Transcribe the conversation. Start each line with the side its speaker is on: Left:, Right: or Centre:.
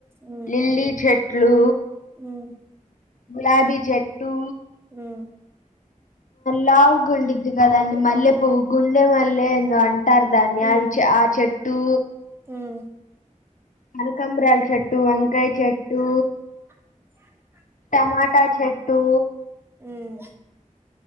Right: ఉమ్
Left: లిల్లీ చెట్లు
Right: ఉమ్
Left: గులాబీ చెట్టు
Right: ఉమ్
Left: లావు గుండిద్ది కద అండి మల్లె ప్వువు గుండె మల్లె ఎందో అంటారు దాన్ని
Right: ఉమ్
Left: అది చ ఆ చెట్టు
Right: ఉమ్
Left: కనకాంబ్రాలు చెట్టు వంకాయ చెట్టు
Right: <inaudible>
Left: టమాటా చెట్టు
Right: మ్మ్